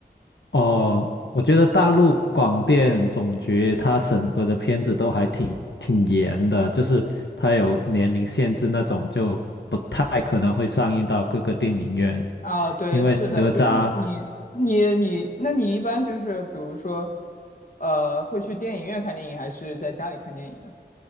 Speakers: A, on the left; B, on the left.
A: 哦，我觉得大陆广电总局它审核的片子都还挺挺严的，就是它有年龄限制那种，就不太可能会上映到各个电影院，
B: 啊，对，
A: 因为哪吒。
B: 是的，就是你，你，你，那你一般就是比如说，呃，会去电影院看电影，还是在家里看电影呢？